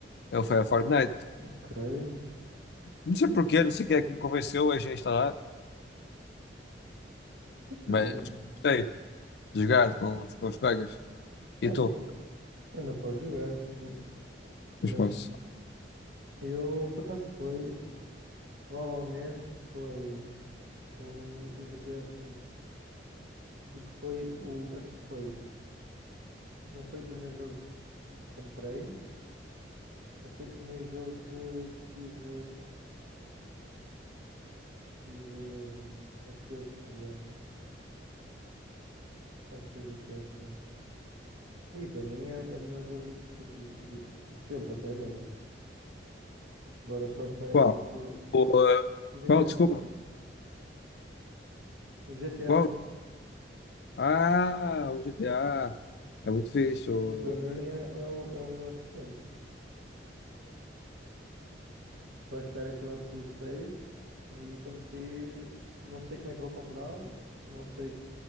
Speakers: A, on the left; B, on the right.
A: Ele foi a Fortnite.
B: ok.
A: Não sei porquê, não sei quem é que me convenceu a instalar,
B: Pois também.
A: mas gostei de jogar com, os- com os colegas. E
B: É,
A: tu?
B: na, Ainda pode jogar, m- mas
A: Mas posso.
B: eu por acaso foi, provavelmente foi o, o G T GTA V, porque foi o, acho que foi, não foi o primeiro jogo que comprei, mas foi o primeiro jogo que, que tive, tive hum, ansioso por jogar. Acho que foi GTA V. E para mim é, é o melhor jogo de, se- de- de sempre até agora. Agora estou à espera
A: Qual?
B: que lance o
A: O, ah,
B: o GTA
A: qual? Desculpa.
B: V. O G T GTA
A: Qual?
B: V,
A: Ah, o GTA é muito fixe. o-
B: e para mim é, é o, é o melhor de sempre. Estou à espera que lance o 6 e quando sair, não sei como é que vou comprá-lo, não sei,